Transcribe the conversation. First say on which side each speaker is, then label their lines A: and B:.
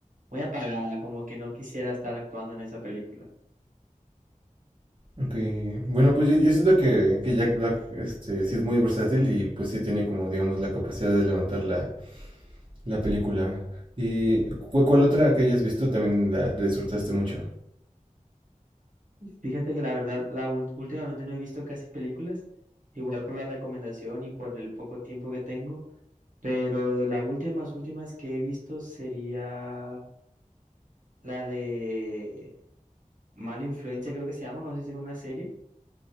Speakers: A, on the right; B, on the right.
A: muy apagada, como que no quisiera estar actuando en esa película.
B: Ok, Bueno, pues yo, yo siento que, que Jack Black este, sí es muy versátil y pues sí tiene como, digamos, la capacidad de levantar la, La película. ¿Y cu- cuál otra que hayas visto también la, la disfrutaste mucho?
A: Fíjate que la verdad, la ul- últimamente no he visto casi películas, igual por la recomendación y por el poco tiempo que tengo, pero de las últimas, últimas que he visto sería la de Mala Influencia, creo que se llama, no sé si era una serie,